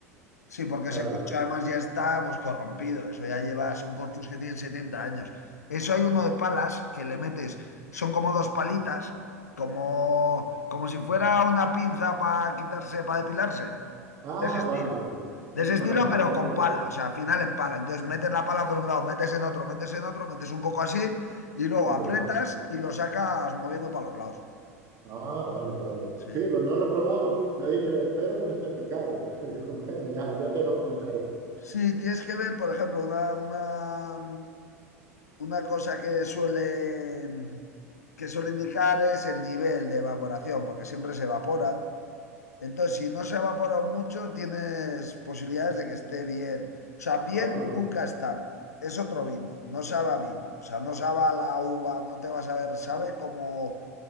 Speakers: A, on the left; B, on the right.
A: sí, porque
B: claro.
A: ese corcho además ya está pues corrompido. Eso ya lleva, son corchos que tienen 70 años. Eso hay uno de palas que le metes, son como dos palitas, como, como si fuera una pinza para quitarse, para depilarse
B: Ah,
A: de ese estilo.
B: vale.
A: De
B: Ya,
A: ese estilo,
B: Para sacar
A: pero con
B: el corcho.
A: pala, o sea, al final en pala. Entonces metes la pala por un lado, metes en otro, metes en otro, metes un poco así y luego
B: Y
A: apretas
B: lo saco.
A: y lo sacas moviendo para los lados.
B: Ah, vale, vale.
A: Sí.
B: Sí, pues no lo he probado. Me ha dicho, espero que no esté picado. <laughs> Digo, bueno, ya, ya te lo comentaré.
A: Sí, tienes que ver, por ejemplo, una, una, una cosa que suele, que suele indicar es el nivel de evaporación, porque siempre se evaporan. Entonces, si no se ha evaporado mucho, tienes posibilidades de que esté bien. O sea, bien
B: Ah, pues
A: nunca están. Es otro vino, no sabe a vino. O sea, no sabe a la uva, no te vas a ver, sabe como, o